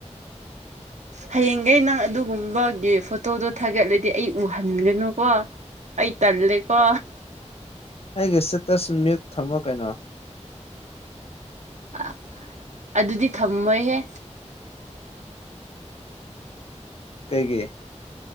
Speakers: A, on the right; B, on the left.
A: ꯍꯌꯦꯡꯈꯩ ꯅꯪ ꯑꯗꯨꯒꯨꯝꯕꯒꯤ ꯐꯣꯇꯣꯗꯣ ꯊꯥꯒꯠꯂꯗꯤ ꯑꯩ ꯎꯍꯟꯒꯅꯨꯀꯣ ꯑꯩ ꯇꯜꯂꯦꯀꯣ
B: ꯑꯩꯒꯤ ꯏꯁꯇꯦꯇꯁ ꯃ꯭ꯌꯨꯠ ꯊꯝꯃꯣ ꯀꯩꯅꯣ
A: ꯑ ꯑꯗꯨꯗꯤ ꯊꯝꯃꯣꯏꯍꯦ
B: ꯀꯩꯒꯤ